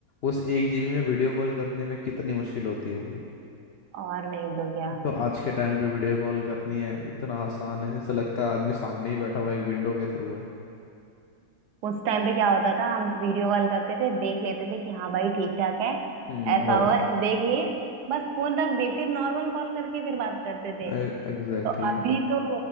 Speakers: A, on the left (about 70°); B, on the right (about 80°).
A: उस एक जीबी में वीडियो कॉल करने में कितनी मुश्किल होती होगी
B: और नहीं तो क्या
A: तो आज के टाइम पे वीडियो कॉल करनी है इतना आसान है ऐसा लगता है आदमी सामने ही बैठा हुआ है, एक विंडो के थ्रू है
B: उस टाइम पे क्या होता था हम वीडियो कॉल करते थे देख लेते थे कि हाँ भाई ठीक ठाक है
A: हम्म
B: ऐसा
A: बस
B: हो देख लिए बस फोन रख दिए फिर नॉर्मल कॉल करके फिर बात करते थे
A: Exactly
B: तो
A: exactly.
B: अभी तो